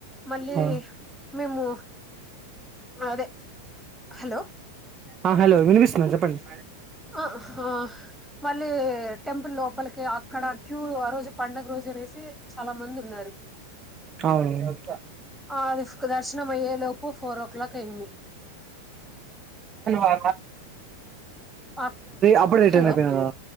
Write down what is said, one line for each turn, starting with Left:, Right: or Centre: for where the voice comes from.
Centre: మళ్ళీ
Right: ఆ
Centre: మేము అదే హలో
Right: ఆ హలో వినిపిస్తుంది చెప్పండి.
Centre: ఆహ ఆ మళ్ళీ టెంపుల్ లోపల్కి అక్కడ క్యూ ఆ రోజు పండుగ రోజు అనేసి చాలా మంది ఉన్నారు
Right: అవును
Centre: ఆ అది దర్శనం అయ్యే లోపు ఫోర్ ఓ క్లాక్ అయింది
Right: ఆ
Centre: ఆ
Right: అప్పుడే రిటర్న్
Centre: హలో
Right: అయిపోయినారా